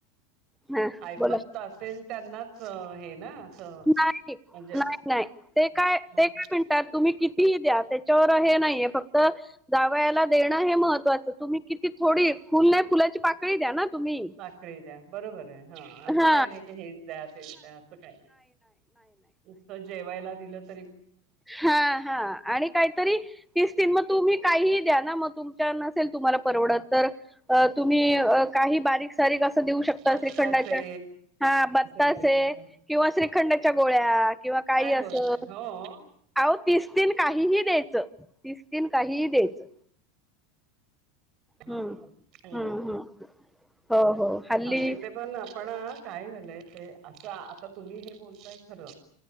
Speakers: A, in the centre; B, on the right.
A: हा
B: आयपत
A: बोला
B: असेल त्यांनाच हे ना असं
A: नाही
B: म्हणजे
A: नाही नाही ते काय
B: मग
A: ते काय म्हणतात तुम्ही किती फी द्या त्याच्यावर हे नाहीये फक्त जावयाला देणं हे महत्त्वाचं तुम्ही किती थोडी फुल नाही फुलाची पाकळी द्या ना. तुम्ही
B: साखळी द्या. बरोबर आहे. हा असं
A: हां.
B: काही नाही की हेच द्या तेच द्या असं काही नाही. नुसत जेवायला दिलंच
A: हा हा आणि काहीतरी तीस तीन मग तुम्ही काही द्या ना मग तुमचा नसेल तुम्हाला परवडत तुम्ही काही बारीक सारीक देऊ शकता
B: बत्तासे
A: श्रीखंडाच्या हा बत्तासे
B: दिले तरी
A: किंवा श्रीखंडाच्या गोळ्या किंवा म काही
B: काय
A: असं
B: बोलताय हो
A: अहो तिसतीन काहीही द्यायचं. तिसतीन काहीही द्यायचं.
B: हा
A: हं.
B: हा चांगलंय.
A: हं, हं. हो, हो. हल्ली
B: तिथे पण आपण काय झाल अस आता तुम्ही हे बोलताय खर.